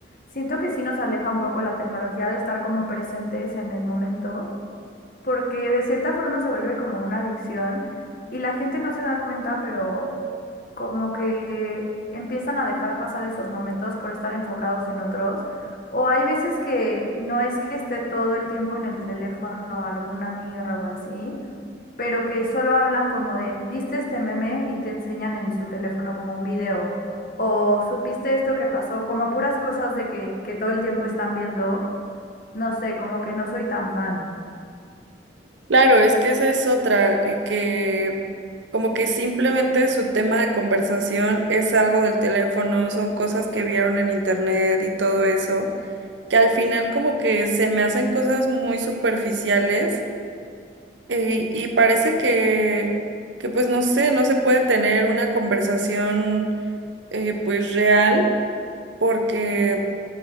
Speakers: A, on the left; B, on the right.
A: siento que sí nos aleja un poco la tecnología de estar como presentes en el momento, porque de cierta forma se vuelve como una adicción y la gente no se da cuenta, pero como que empiezan a dejar pasar esos momentos por estar enfocados en otros. O hay veces que no es que esté todo el tiempo en el teléfono alguna amiga o así, pero que solo hablan como de, viste este meme y te enseñan en su teléfono como un video, o supiste esto que pasó, como puras cosas de que, que todo el tiempo están viendo, no sé, como que no soy tan fan.
B: Claro, es que esa es otra, eh, que como que simplemente su tema de conversación es algo del teléfono, son cosas que vieron en internet y todo eso, que al final como que se me hacen cosas muy superficiales Y, y parece que, que, pues no sé, no se puede tener una conversación eh, pues real porque